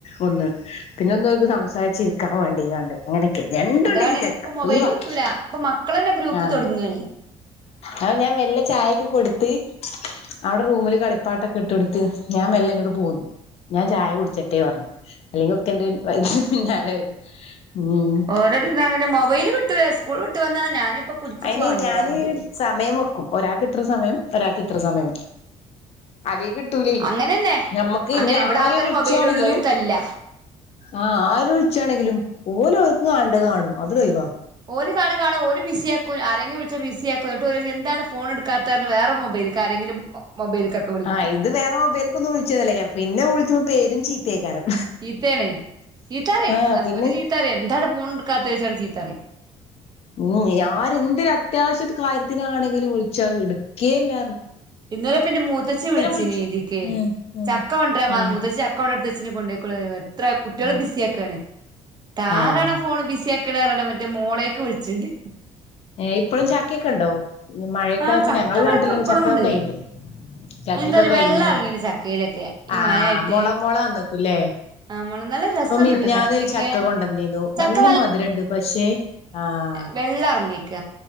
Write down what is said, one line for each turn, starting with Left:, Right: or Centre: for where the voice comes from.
Left: ഒന്ന് പിന്നെ ഒന്ന് സംസാരിച്ചിരിക്കാൻ വേണ്ടിയകാണ്ട് അങ്ങനെ രണ്ടും
Right: അതാണ്
Left: ഡിലീറ്റ് ആക്കി
Right: ഇപ്പൊ മൊബൈല്
Left: ഒഴിവാക്കി
Right: കിട്ടൂല ഇപ്പൊ മക്കളന്നെ ഗ്രൂപ്പ്
Left: ആ
Right: തൊടങ്ങാണ്
Left: അ ഞാൻ വെല്ല ചായക്കെ കൊടുത്ത് അവിടെ റൂമില് കളിപ്പാട്ടൊക്കെ ഇട്ടൊട്ത്ത് ഞാൻ മെല്ലെ ഇങ്ങോട്ട് പോന്നു. ഞാൻ ചായ കുടിച്ചിട്ടേ പറഞ്ഞു അല്ലെങ്കിൽ ഒക്കെന്റെന്നെ പിന്നാലെ വരും. ഉം
Right: ഓരോടെന്ന് അങ്ങനെ മൊബൈല് വിട്ടൂല സ്കൂൾ വിട്ട് വന്നാ ഞാനിപ്പ പിടിച്ചച്ച്
Left: അയിന്
Right: വാങ്ങിയതാ
Left: ഞാന്
Right: മൊബൈല്
Left: സമയം വെക്കും ഒരാൾക്ക് ഇത്ര സമയം ഒരാൾക്ക് ഇത്ര സമയം അതേ കിട്ടൂലേ
Right: അങ്ങനെന്നെ
Left: ഞമ്മക്ക്
Right: അങ്ങനെ
Left: ഇനി
Right: ഇവിടെ
Left: ആര്
Right: ആകെ ഒരു
Left: വൂളിച്ചാണെങ്കിലും
Right: മൊബൈല് ഉള്ളൂ അയിന് തല്ലാ
Left: ആഹ് ആര് വൂളിച്ചാണെങ്കിലും ഓല് ഓല്ക്ക് കാണണ്ടത് കാണും. അത് കൈവ
Right: ഓലി കാണ കാണോ ഓല് ബിസിയാക്കും ആരെങ്കിലും വിളിച്ചാ ബിസിയ ആക്കും എന്നട്ട് ഒരു എന്താണ് ഫോൺ എടുക്കാത്തവ വേറെ മൊബൈലക്ക് ആരെങ്കിലും മൊബൈല്ക്കൊക്കെ വിളിക്കും
Left: ആഹ് ഇത് വേറെ മൊബൈൽ ക്കൊന്നും വിളിച്ചാല്ലയ്ക്കരിം പിന്നെ വൂളിച്ചുമ്പോ പെരും ചീത്തയ്ക്കാരം
Right: ചീത്തേണ് ചീത്തറിം
Left: ആഹ്
Right: ഹസ്ബൻഡ്
Left: പിന്നെ
Right: ചീത്തറിം എന്താണ് ഫോണ് ടക്കാത്തത് ന്ന് പറഞ് ചീത്ത പറനി
Left: ഊ യാര് എന്ത് അത്യാവശ്യ കാര്യത്തിന് കാര്യത്തിനാണെങ്കിലും വിളിച്ച എടക്കെല്ല
Right: ഇന്നലെ പിന്നെ മൂത്തച്ചി വിളിച്ചീനി
Left: വിളിച്ചു
Right: ഇതിക്ക്
Left: ആഹ് ആഹ്
Right: ചക്ക കോണ്ട്ര പറഞ്
Left: ആഹ്
Right: മൂത്തച്ചി ചക്ക ഔടെ ച്ഛ കൊണ്ടോയി എത്ര കുട്ടികളും
Left: ആഹ്
Right: ബിസ ആാക്കാണ് താരാണ
Left: ആഹ്
Right: ഫോൺ ബിസ ിണറണ്ട മറ്റേ മോളെയൊക്കെ വിളിച്ചിണ്ട്
Left: ഏ ഇപ്പോഴും ചക്കയൊക്കെ ഉണ്ടോ മഴയൊക്കെ
Right: ആഹ്
Left: ആയപ്പോ
Right: ചക്ക
Left: ഞങ്ങള
Right: ഇവിടൊക്കെ
Left: നാട്ടിലൊക്കെ
Right: ഇപ്പളും
Left: ചക്കൊക്കെ
Right: ഉണ്ട്
Left: കഴിഞ്ഞു ചക്കക്കെ
Right: എന്താറിയോ
Left: കഴിഞ്ഞ്
Right: വെള്ളം എറങ്ങീണ് ചക്കയിലൊക്കെ ഈ
Left: ആഹ
Right: മഴ ആയിട്ട്
Left: മുള മുള വന്നക്കൂല്ലേ
Right: ആഹ് മോളെ നല്ല രസണ്ട്
Left: ഇപ്പൊ മിന്നന്നൊരു
Right: ട്ടോ ചക്കയൊക്കെ
Left: ചക്ക കൊണ്ടുവന്നീന്നു
Right: ചക്ക
Left: നല്ല മധുര ഉണ്ട് പക്ഷേ ആഹ
Right: വെള്ള ഇറങ്ങിക്ക